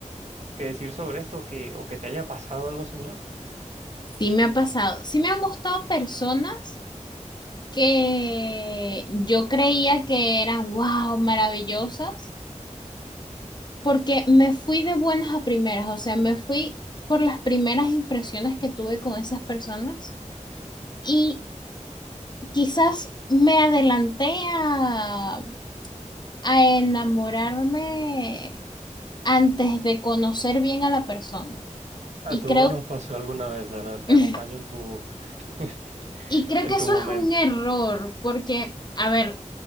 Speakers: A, on the right; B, on the left.
A: que decir sobre esto que, o que te haya pasado algo similar?
B: Sí me ha pasado. Sí me han gustado personas que yo creía que eran, wow, maravillosas, porque me fui de buenas a primeras, o sea, me fui por las primeras impresiones que tuve con esas personas. Y quizás me adelanté a, a enamorarme antes de conocer bien a la persona.
A: A
B: Y
A: todos
B: creo,
A: nos pasó alguna vez, Aran. Te
B: <laughs>
A: acompaño en tu, <laughs>
B: y creo
A: en
B: que eso
A: tu momento.
B: es un error, porque, a ver,